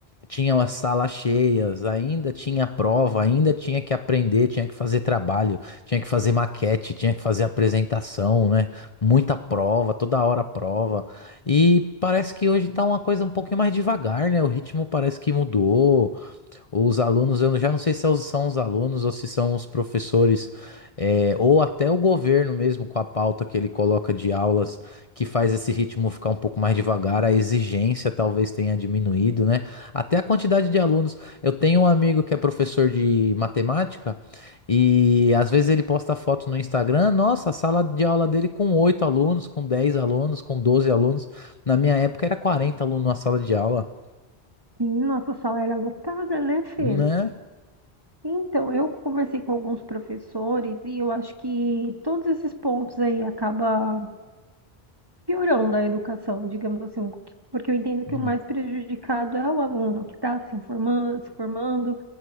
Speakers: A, on the left; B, on the right.
A: tinha as salas cheias, ainda tinha prova, ainda tinha que aprender, tinha que fazer trabalho, tinha que fazer maquete, tinha que fazer apresentação, né? Muita prova, toda hora prova. E parece que hoje tá uma coisa um pouquinho mais devagar, né? O ritmo parece que mudou. Os alunos, eu já não sei se são os alunos ou se são os professores, é, ou até o governo mesmo, com a pauta que ele coloca de aulas, que faz esse ritmo ficar um pouco mais devagar, a exigência talvez tenha diminuído, né? Até a quantidade de alunos. Eu tenho um amigo que é professor de matemática e às vezes ele posta foto no Instagram, nossa, a sala de aula dele com 8 alunos, com 10 alunos, com 12 alunos. Na minha época era 40 alunos na sala de aula,
B: E nossa sala era lotada, né, Fê?
A: né?
B: Então, eu conversei com alguns professores e eu acho que todos esses pontos aí acaba piorando a educação, digamos assim, porque eu entendo que
A: Hum.
B: o mais prejudicado é o aluno que está se informando, se formando